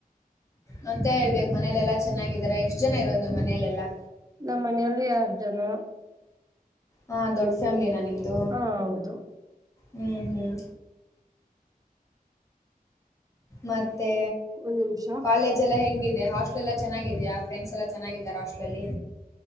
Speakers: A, on the left; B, on the right.
A: ಮತ್ತೆ ಹೇಳ್ಬೇಕ್ ಮನೇಲೆೆಲ್ಲಾ ಚೆನ್ನಾಗಿದರ ಎಷ್ಟ್ ಜನ ಇರೋದು ನಿಮ್ ಮನೆಲೆೆಲ್ಲಾ.
B: ನಮ್ಮ ಮನೆಯಲ್ಲಿ ಆರ್ ಜನ.
A: ಹಾ ದೊಡ್ ಫ್ಯಾಮಿಲಿನ ನಿಮ್ದು.
B: ಹ ಹೌದು
A: ಹ್ಮ್ ಹ್ಮ್ ಮತ್ತೆ
B: ಒಂದ್ ನಿಮಿಷ
A: ಕಾಲೇಜ್ ಲೆಲ್ಲ ಹೆಂಗಿದೆ ಹಾಸ್ಟಲ್ಲ ಚನ್ನಾಗಿದೆಯ ಫ್ರೆಂಡ್ಸ್ ಎಲ್ಲ ಚೆಗಿದಿದ್ದಾರ ಹಾಸ್ಟೆಲ್ ಅಲ್ಲಿ.